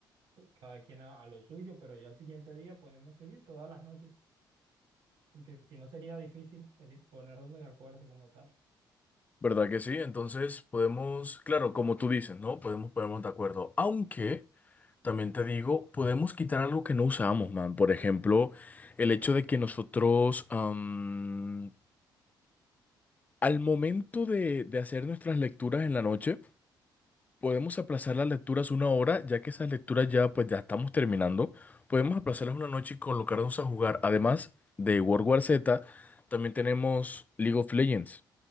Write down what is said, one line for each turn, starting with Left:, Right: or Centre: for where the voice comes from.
Right: pu- cada quien a, a lo suyo, pero ya el siguiente día podemos seguir todas las noches, porque si no sería difícil sería ponernos de acuerdo como tal.
Left: ¿Verdad que sí? Entonces podemos, claro, como tú dices, ¿no? Podemos ponernos de acuerdo. Aunque, también te digo, podemos quitar algo que no usamos, man. Por ejemplo, el hecho de que nosotros, am, al momento de, de hacer nuestras lecturas en la noche, Podemos aplazar las lecturas una hora, ya que esas lecturas ya pues ya estamos terminando. Podemos aplazarlas una noche y colocarnos a jugar. Además de World War Z, también tenemos League of Legends.